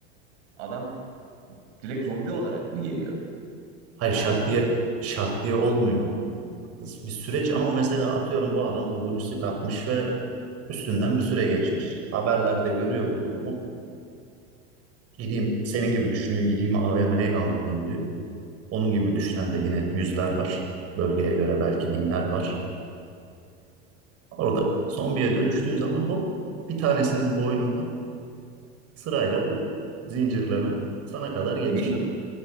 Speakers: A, on the right; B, on the right.
A: adam direkt zombi olarak mı geliyor
B: Hayır
A: AVM'ye?
B: şak diye şak diye olmuyor. bir süreç ama mesela atıyorum bu adam bu virüsü kapmış ve üstünden bir süre geçmiş. Haberlerde görüyor bu durumu. Gideyim senin gibi düşünüyor gideyim AVM'ye almalıyım diyor. Onun gibi düşünen de yine yüzler var. Bölgeye göre belki binler var. Orada zombiye dönüştüğü zaman hop bir tanesinin boynunda sırayla bu zincirleme sana kadar gelir.
A: Ya bilmiyorum.